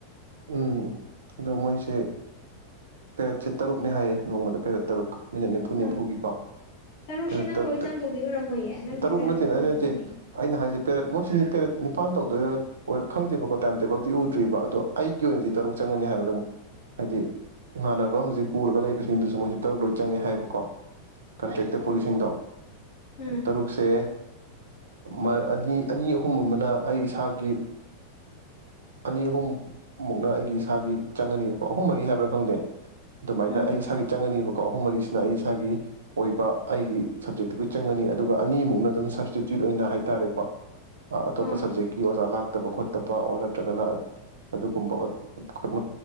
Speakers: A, on the right; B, on the left.
A: ꯎꯝ ꯑꯗꯣ ꯃꯣꯏꯁꯦ ꯄꯦꯔꯠꯁꯦ ꯇꯔꯨꯛꯅꯦ ꯍꯥꯏꯌꯦ ꯅꯣꯡꯃꯗ ꯄꯦꯔꯠ ꯇꯔꯨꯛ꯫ ꯃꯤꯅꯠ ꯅꯤꯝꯐꯨ ꯅꯤꯝꯐꯨꯒꯤꯀꯣ
B: ꯑꯥ ꯇꯔꯨꯛꯁꯦ
A: ꯄꯦꯔꯠ
B: ꯅꯪ
A: ꯇꯔꯨꯛ
B: ꯂꯣꯏ
A: ꯇ
B: ꯆꯪꯗꯧꯗꯤ ꯑꯣꯏꯔꯝꯃꯣꯏꯌꯦ ꯅꯪꯒꯤ
A: ꯇꯔꯨꯛ
B: ꯄꯦꯔꯠ
A: ꯅꯠꯇꯦ
B: ꯃꯇꯝ
A: ꯅꯠꯇꯦ
B: ꯌꯥꯝꯒꯅꯤ
A: ꯅꯠꯇꯦ ꯑꯩꯅ ꯍꯥꯏꯁꯦ ꯄꯦꯔꯠ ꯃꯣꯏꯁꯤꯗꯤ ꯄꯦꯔꯠ ꯅꯤꯄꯥꯟ ꯇꯧꯗꯣꯏꯔ ꯑꯣꯏꯔ ꯈꯪꯗꯦꯕꯀꯣ ꯇꯥꯏꯝ ꯇꯦꯕꯜꯗꯤ ꯎꯗ꯭ꯔꯤꯕ ꯑꯗꯣ ꯑꯩꯒꯤ ꯑꯣꯏꯅꯗꯤ ꯇꯔꯨꯛ ꯆꯪꯒꯅꯤ ꯍꯥꯏꯕ ꯑꯗꯨꯝ ꯍꯥꯏꯗꯤ ꯏꯃꯥꯟꯅꯕ ꯍꯧ꯫ ꯍꯧꯖꯤꯛ ꯄꯨꯔꯒ ꯂꯩꯕꯁꯤꯡꯗꯨꯁꯨ ꯃꯣꯏꯁꯨ ꯇꯔꯨꯛ ꯂꯣꯏ ꯆꯪꯉꯦ ꯍꯥꯏꯕꯀꯣ꯫ ꯀꯟꯇ꯭ꯔꯦꯛꯇ ꯄꯨꯔꯤꯁꯤꯡꯗꯣ
B: ꯎꯝ ꯎꯝ
A: ꯇꯔꯨꯛꯁꯦ꯫ ꯃꯥ ꯑ ꯑꯅꯤ ꯑꯅꯤ ꯑꯍꯨꯝ ꯑꯃꯅ ꯑꯩ ꯏꯁꯥꯒꯤ ꯑꯅꯤ ꯑꯍꯨꯝ꯫ ꯃꯨꯛꯅ ꯑꯩꯒꯤ꯫ ꯏꯁꯥꯒꯤ ꯆꯪꯉꯅꯤꯕꯀꯣ ꯑꯍꯨꯝ ꯃꯔꯤ ꯍꯥꯏꯕ꯭ꯔꯥ ꯈꯪꯗꯦ ꯑꯗꯨꯃꯥꯏꯅ
B: ꯎꯝ
A: ꯑꯩ ꯏꯁꯥꯒꯤ ꯆꯪꯉꯅꯤꯕꯀꯣ ꯑꯍꯨꯝ ꯃꯔꯤꯁꯤ꯫ ꯅ ꯑꯩ ꯏꯁꯥꯒꯤ ꯑꯣꯏꯕ ꯑꯩꯒꯤ ꯁꯞꯖꯦꯛꯇꯕꯨ ꯆꯪꯉꯅꯤ ꯑꯗꯨꯒ ꯑꯅꯤꯃꯨꯛꯅ ꯑꯗꯨꯝ ꯁꯞꯁꯇꯤꯇ꯭ꯌꯨꯠ ꯑꯣꯏꯅ ꯍꯥꯏꯇꯥꯔꯦꯀꯣ ꯑ ꯑꯇꯣꯞꯄ
B: ꯑꯥ
A: ꯁꯞꯖꯦꯛꯀꯤ ꯑꯣꯖꯥ ꯂꯥꯛ꯫ ꯐꯠꯇꯕ ꯈꯣꯠꯇꯕ ꯑꯣꯔ ꯅꯠꯇ꯭ꯔꯒꯅ ꯑꯗꯨꯒꯨꯝꯕ ꯑꯣꯠ ꯎꯝ